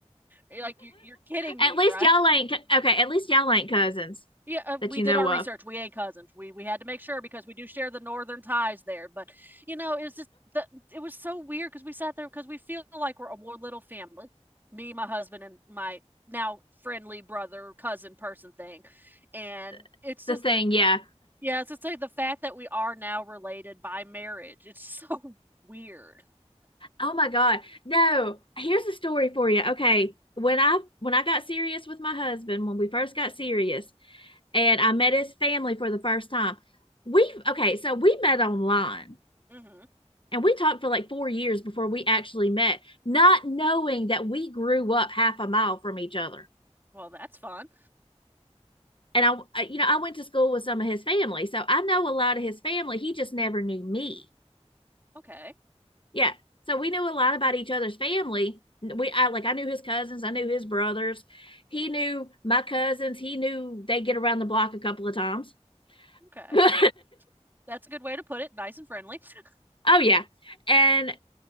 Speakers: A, on the right (about 15°); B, on the left (about 50°).
A: You're like, "You're kidding
B: at
A: me,
B: least
A: right?"
B: y'all ain't okay. At least y'all ain't cousins
A: Yeah, uh,
B: that
A: we
B: you
A: did
B: know
A: our research.
B: of.
A: We ain't cousins. We we had to make sure because we do share the northern ties there. But you know, it's just the it was so weird because we sat there because we feel like we're a more little family. Me, my husband, and my now friendly brother cousin person thing, and
B: <laughs>
A: it's
B: the
A: just
B: thing, yeah.
A: yeah, it's just like the fact that we are now related by marriage. It's <laughs> so weird.
B: Oh my God. No, here's a story for you. Okay. When I when I got serious with my husband, when we first got serious and I met his family for the first time, we okay, so we met online
A: hmm
B: and we talked for like four years before we actually met, not knowing that we grew up half a mile from each other.
A: Well, that's fun.
B: And I- you know, I went to school with some of his family, so I know a lot of his family. He just never knew me.
A: Okay,
B: Yeah. So we knew a lot about each other's family. We I like I knew his cousins, I knew his brothers. He knew my cousins. He knew they get around the block a couple of times. <laughs>
A: okay,
B: oh
A: that's a good way to put it. Nice and friendly. <laughs>
B: yeah. And